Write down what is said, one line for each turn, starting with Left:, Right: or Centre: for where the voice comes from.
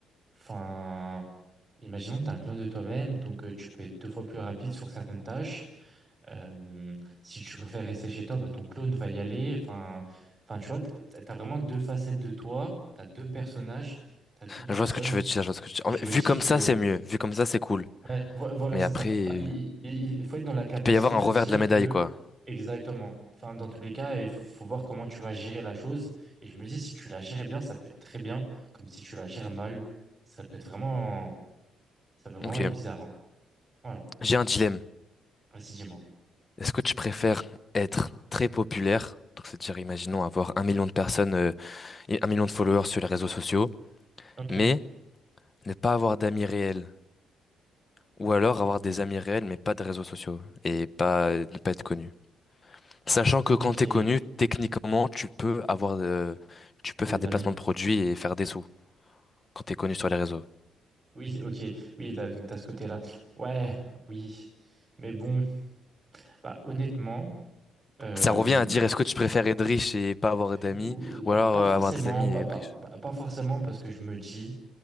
Right: Enfin, imaginons que t'es un clone de toi-même, donc euh, tu peux être deux fois plus rapide sur certaines tâches. Euh, si tu préfères rester chez toi, bah, ton clone va y aller. Enfin, enfin, tu vois, t'as t'as vraiment deux facettes de toi, t'as deux personnages, t'as deux personnes.
Left: Je vois ce que tu veux dire, je vois ce que tu
Right: Et
Left: En
Right: je
Left: fait,
Right: me
Left: vu
Right: dis
Left: comme
Right: que,
Left: ça, c'est mieux. Vu comme ça, c'est cool.
Right: ouais, vo- voilà,
Left: Mais
Right: c'est
Left: après,
Right: ça. Enfin, il,
Left: euh,
Right: il- il faut être dans la capacité
Left: il peut y avoir un
Right: de
Left: revers
Right: se dire
Left: de la médaille,
Right: que,
Left: quoi.
Right: exactement. Enfin, dans tous les cas, il faut, faut voir comment tu vas gérer la chose. Et je me dis, si tu la gères bien, ça peut être très bien. Comme si tu la gères mal, ça peut être vraiment, ça peut vraiment
Left: Ok.
Right: être bizarre. hein. Voilà.
Left: J'ai un dilemme.
Right: Vas-y, dis-moi.
Left: Est-ce que tu préfères être très populaire, donc c'est-à-dire, imaginons, avoir un million de personnes euh, et un million de followers sur les réseaux sociaux,
Right: Ok.
Left: mais ne pas avoir d'amis réels? Ou alors avoir des amis réels mais pas de réseaux sociaux et pas ne pas être connu. Sachant que
Right: Ok,
Left: quand t'es connu, techniquement, tu peux avoir de- tu peux
Right: les
Left: faire des
Right: amis.
Left: placements de produits et faire des sous quand t'es connu sur les réseaux.
Right: Oui, ok. Oui, t'as- donc t'as ce côté-là. Ouais, oui. Mais bon, bah honnêtement, euh,
Left: Ça revient à dire est-ce que tu préfères être riche et pas avoir d'amis
Right: euh,
Left: ou
Right: Pas
Left: alors
Right: pas
Left: euh,
Right: forcément,
Left: avoir des amis et
Right: pas,
Left: être
Right: pas,
Left: riche.
Right: pas pas forcément parce que je me dis